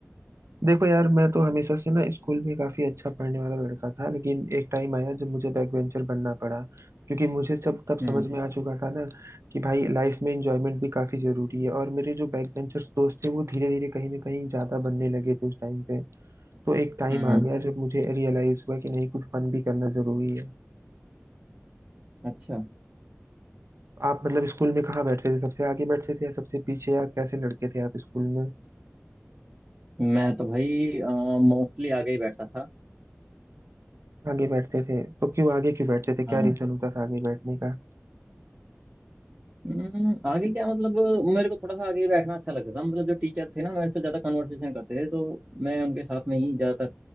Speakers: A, on the right (about 70°); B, on the right (about 30°).
A: देखो यार मैं तो हमेशा से ना स्कूल में काफी अच्छा पढ़ने वाला लड़का था लेकिन एक टाइम आया जब मुझे बैक बेंचर बनना पड़ा क्योंकि मुझे सब तब
B: हम्म
A: समझ में आ चुका था ना कि भाई लाइफ में एंजॉयमेंट भी काफी जरूरी है और मेरे जो बैक बेंचर्स दोस्त थे वो धीरे धीरे कहीं ना कहीं ज्यादा बनने लगे थे उस टाइम पे तो एक टाइम
B: हम्म
A: आ गया जब मुझे रियलाइज हुआ कि नहीं कुछ फन भी करना जरूरी है
B: अच्छा
A: आप मतलब स्कूल में कहाँ बैठते थे सबसे आगे बैठते थे या सबसे पीछे या कैसे लड़के थे आप स्कूल में
B: मैं तो भाई मोस्टली आगे ही बैठता था
A: आगे बैठते थे तो क्यों आगे क्यों बैठते थे क्या
B: हाँ
A: रीजन होता था आगे बैठने का
B: हम्म, आगे क्या मतलब मेरे को थोड़ा सा आगे ही बैठना अच्छा लगता था मतलब जो टीचर थे ना मेरे से ज़्यादा कन्वर्सेशन करते थे तो मैं उनके साथ में ही ज़्यादातर